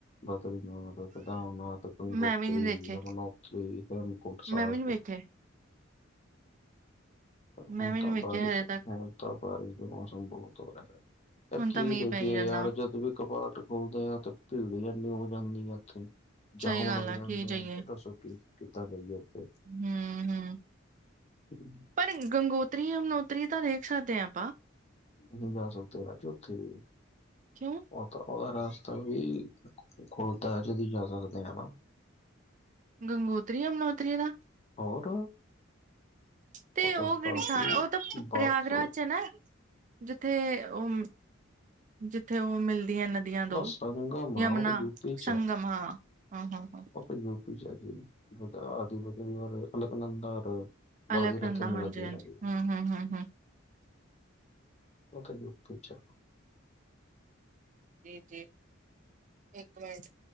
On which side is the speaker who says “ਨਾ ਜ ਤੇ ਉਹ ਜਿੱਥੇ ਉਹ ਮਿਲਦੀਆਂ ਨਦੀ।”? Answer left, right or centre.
Right